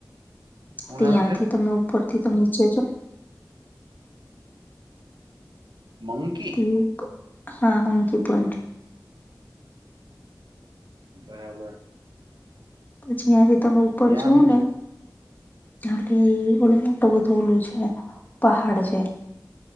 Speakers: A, on the right; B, on the left.
A: હું
B: ત્યાંથી
A: નામ છે
B: તમે ઉપર થી નીચે જો <unintelligible>
A: મંકી
B: તે હા મોંકી પોઈન્ટ
A: બરાબર
B: પછીં જે તમે ઉપર
A: ન્યા
B: જોવો
A: હું
B: ને
A: છે
B: એલી ઓડું મોટું બધો ઓલું છે પહાડ છે